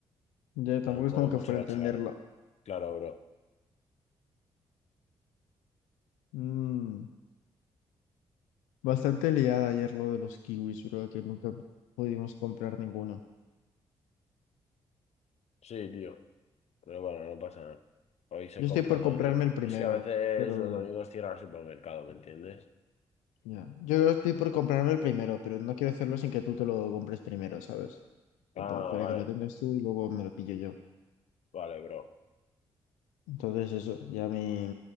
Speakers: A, on the left (about 80°); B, on the left (about 60°).
A: Ya, tampoco
B: tampoco
A: es como
B: hay
A: que
B: mucho
A: fuera
B: que
A: a entenderlo.
B: achacarle. Claro, bro.
A: Mm. Bastante liada ayer lo de los kiwis, bro, que nunca pudimos comprar ninguna.
B: Sí, tío. Pero bueno, no pasa nada. Hoy se
A: Yo
B: compra
A: estoy por
B: todo,
A: comprarme
B: tío.
A: el primero,
B: Es que a veces
A: pero
B: los domingos cierra el supermercado, ¿me entiendes?
A: ya. Yo estoy por comprarme el primero, pero no quiero hacerlo sin que tú te lo compres primero, ¿sabes? Tipo,
B: Ah,
A: para
B: vale.
A: que lo tengas tú y luego me lo pillo yo.
B: Vale, bro.
A: Entonces eso, ya me,